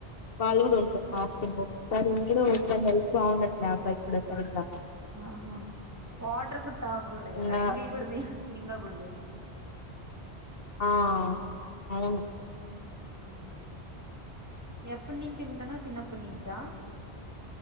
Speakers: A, on the left; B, on the right.
A: వాళ్ళు కూడా ఉంటారు ఫాస్టింగ్ ఒకసారి ఉంటాడు ఒకసారి హెల్త్ బాగుండట్లే అబ్బాయికి కూడా సరిగ్గా
B: ఆహ వాటర్ కుడ తాగకూడదు కదా
A: ఇంగా
B: ఎంగిలి కూడా మింగ కుడదు
A: ఆ అవును
B: హ్మ్ ఎప్పనుంచి ఉంటన్నావ్ చిన్నప్పున్నించా?